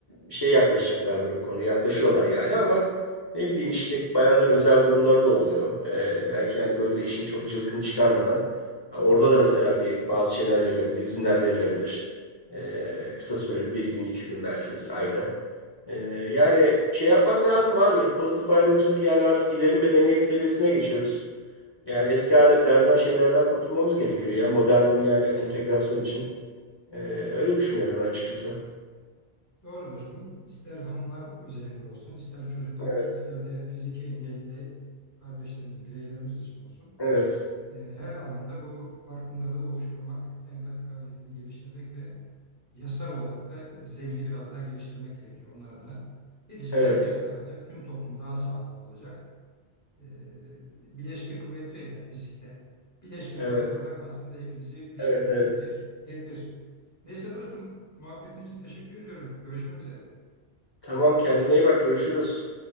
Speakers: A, on the left; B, on the left.
A: şey yaklaşacaklardır bu konuya. Yaklaşıyorlar yani ama ne bileyim işte bayanların özel durumları da oluyor. Ee, belki yani böyle işin çok cılkını çıkarmadan e, orada da mesela bir bazı şeyler verilebilir, izinler verilebilir. Ee, kısa süreli bir gün, iki gün belki mesela ayda. Ee, yani şey yapmak lazım abi. Pozitif ayrımcılık yani artık ileri medeniyet seviyesine geçiyoruz. Yani eski adetlerden, şeylerden kurtulmamız gerekiyor ya modern dünyayla entegrasyon için. Ee, öyle düşünüyorum ben açıkçası.
B: Doğru dostum. İster hanımlar özelinde olsun, ister çocuklar
A: Evet,
B: olsun, ister de fiziki engelli kardeşlerimiz, bireylerimiz için olsun.
A: evet,
B: E, Her alanda bu farkındalığı oluşturmak, empati kabiliyetini geliştirmek ve yasal olarak da e, zemini biraz daha geliştirmek gerekiyor onlar adına. Neticede
A: evet,
B: herkes kazanacak. Tüm toplum daha sağlıklı olacak. e, bileşke kuvvet diyor yani fizikte. Bileşke
A: evet,
B: kuvvet olarak aslında hepimizi güçlendiren
A: evet, evet, evet.
B: bir tedbir. Neyse dostum, muhabbetin için teşekkür ediyorum. Görüşmek üzere.
A: Tamam kendine iyi bak görüşürüz.